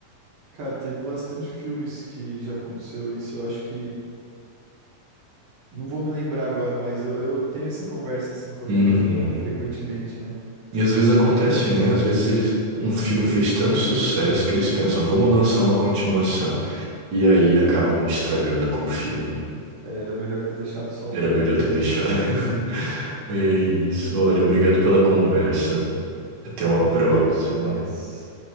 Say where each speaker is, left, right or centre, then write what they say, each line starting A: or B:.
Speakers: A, on the right; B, on the right.
A: Cara, teve bastante filmes que já aconteceu isso. Eu acho que. Não vou me lembrar agora, mas eu, eu tenho essa conversa assim com a
B: Uhum.
A: minha noiva frequentemente, né?
B: E às vezes acontece,
A: Mas
B: né? Às vezes eles, um
A: acontece.
B: filme fez tanto sucesso que eles pensam, vamos lançar uma continuação. E aí acabam estragando com o filme, né?
A: Era melhor ter deixado só
B: Era
A: o primeiro,
B: melhor ter
A: né?
B: deixado. <laughs> É isso. Olha, obrigado pela conversa. Até
A: <laughs>
B: uma
A: Valeu,
B: próxima.
A: Hector. Até mais.